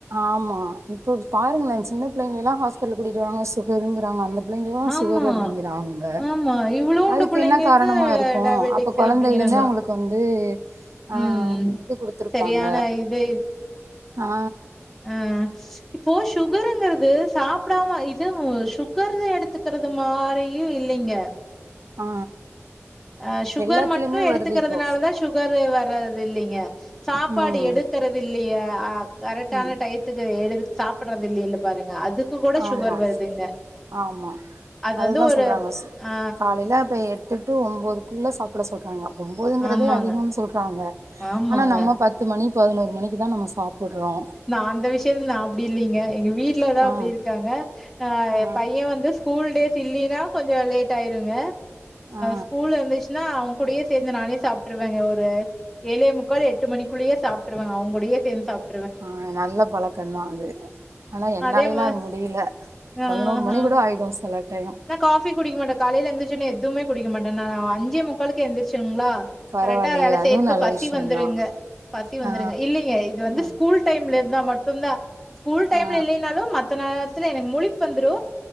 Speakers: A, on the right; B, in the centre.
A: ஆமா இப்போ பாருங்களே சின்ன பிள்ளைங்களல்லா ஹாஸ்பிடல் கூட்டிட்டு வராங்க சுகருங்கறாங்க அந்த பிள்ளைங்கல்லா
B: ஆமா
A: சுகரு அப்டிங்கறாங்க
B: ஆமா இவ்ளோண்டு
A: அதுக்கு
B: புள்ளைங்களுக்கு
A: என்ன காரணமா இருக்கு
B: டயபெட்டிக்ஸ்
A: அப்ப கொழந்தையிலந்தே
B: அப்டிங்கிறாங்க
A: அவுங்களுக் வந்து ஆ
B: ம்
A: இது குடுத்துருப்பாங்க
B: சரியான இது
A: ஆ
B: ம் இப்போ சுகருங்கறது சாப்டாம இது சுகர் எடுத் துக்கறது மாரியு இல்லைங்க
A: ஆ
B: அ சுகர்
A: எல்லாத்துலயுமே
B: மட்டு எடுத்துக்கிறதுனால
A: வருது இப்போ
B: தா சு சுகரு வர்றது இல்லைங்க சாப்பாடு
A: ம்
B: எடுக்கறது இல்லியா அ கரெட்டான
A: ம்
B: டயத் துக்கு எடுத்து சாப்பட்றது இல்ல இல்ல பாருங்க அதுக் து கூட
A: ஆமா
B: சுகர் வருதுங்க
A: ஆமா
B: அது
A: அதுதா
B: வந்து ஒரு
A: சொல்றாங்க சு
B: ஆ
A: காலையில இப்ப எட்டு டூ ஒம்போதுக்குள்ள சாப்ட சொல்றாங்க ஒம்போதுங்கிறதே
B: ஆமாங்க,
A: அதிகோ சொல்றாங்க
B: ஆமாங்க.
A: ஆனா நம்ம பத்து மணி பதினோரு மணிக்கு தா நம்ம சாப்புட்றோ
B: நா அந்த விஷயத்துல நா அப்டி இல்லீங்க எங்க வீட்லதா அப்டி
A: ஆ
B: இருக்காங்க அ
A: ஆ
B: எ பைய வந்து ஸ்கூல் டேஸ் இல்லீனா கொஞ்ச லேட் ஆயிருங்க
A: ஆ
B: ஸ்கூல் இருந்துச்சுனா அவுங் கூடயே சேந்து நானே சாப்ட்ருவங்க ஒரு ஏழே முக்கால் எட்டு மணிக்குள்ளேயே சாப்ட்ருவ அவுங் கூடயே சேந்து சாப்
A: ஆ நல்ல பழக்கதா அது ஆனா என்னாலேல்லா
B: அதே மா
A: அது முடில
B: ஆ
A: பதினோரு மணி
B: ஆ
A: கூட ஆயிடு சில டயோ
B: நா காஃபி குடிக்க மாட்ட காலைல எந்துருச்சொன்னே எதுமே குடிக்க மாட்ட நா அஞ்சே முக்காலு க்கு எந்துரிச்சுங்ளா
A: பரவாயில்லையே
B: கரெட்டா வேல
A: அதுவு
B: செய்யறக்கு
A: நல்ல
B: பசி
A: விஷயந்தா
B: வந்துருங்க பசி வந்துருங்க
A: ஆ
B: இல்லைங்க இது வந்து
A: ஆ
B: ஸ்கூல் டைம்ல இருந்தா மட்டு தா ஸ்கூல் டைம்ல
A: ஆ
B: இல்லைனாலு மத் த நேரத்துல எனக்கு முழிப் வந்துரு